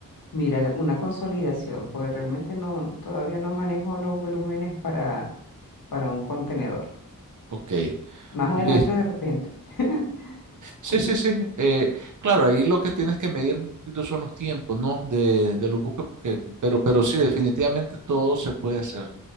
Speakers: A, on the left; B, on the right.
A: Mira, la- una consolidación, pues realmente no, todavía no manejo los volúmenes para, para un contenedor.
B: Ok,
A: Más adelante
B: listo.
A: de repente. <laughs>
B: Sí,
A: Sí,
B: sí, sí. eh, claro, ahí lo que tienes que medir un poquito son los tiempos, ¿no? De, de los buques, porque- pero, pero sí, definitivamente todo se puede hacer.